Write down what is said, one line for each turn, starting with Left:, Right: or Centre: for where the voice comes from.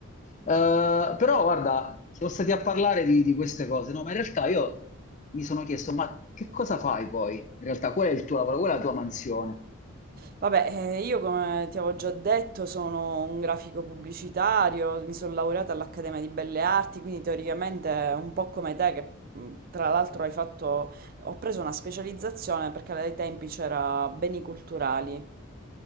Left: Eh, però guarda, siamo stati a parlare di, di queste cose, no? Ma in realtà io mi sono chiesto, ma che cosa fai poi? In realtà, qual è il tuo lavoro? Qual è la tua mansione?
Right: Vabbè, eh, io come ti avevo già detto sono un grafico pubblicitario, mi sono laureata all'Accademia di Belle Arti, quindi teoricamente un po' come te, che mh, tra l'altro hai fatto, ho preso una specializzazione perché ai tempi c'era beni culturali,